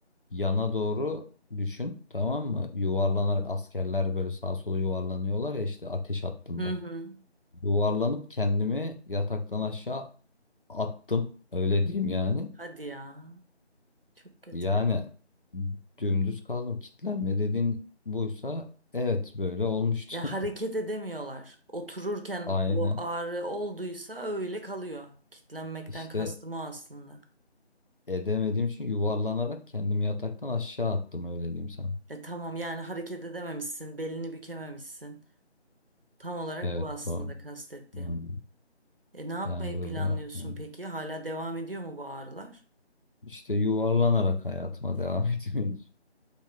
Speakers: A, on the left; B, on the right.
A: yana doğru düşün tamam mı? Yuvarlanarak askerler böyle sağa sola yuvarlanıyorlar ya işte ateş hattında.
B: Hı hı.
A: Yuvarlanıp kendimi yataktan aşağı attım. Öyle diyeyim yani.
B: Hadi ya. Çok kötü.
A: Yani dümdüz kaldım. Kitlenme dediğin buysa evet böyle olmuştu.
B: Ya hareket edemiyorlar. Otururken
A: <laughs> Aynen.
B: o ağrı olduysa öyle kalıyor. Kitlenmekten
A: İşte
B: kastım o aslında.
A: edemediğim için yuvarlanarak kendimi yataktan aşağı attım öyle diyeyim sana.
B: E tamam yani hareket edememişsin, belini bükememişsin. Tam olarak
A: Evet
B: bu aslında
A: doğru.
B: kastettiğim.
A: Hmm.
B: E ne yapmayı
A: Yani böyle
B: planlıyorsun
A: hmm.
B: peki? Hala devam ediyor mu bu ağrılar?
A: işte yuvarlanarak hayatıma devam <laughs> etmeyi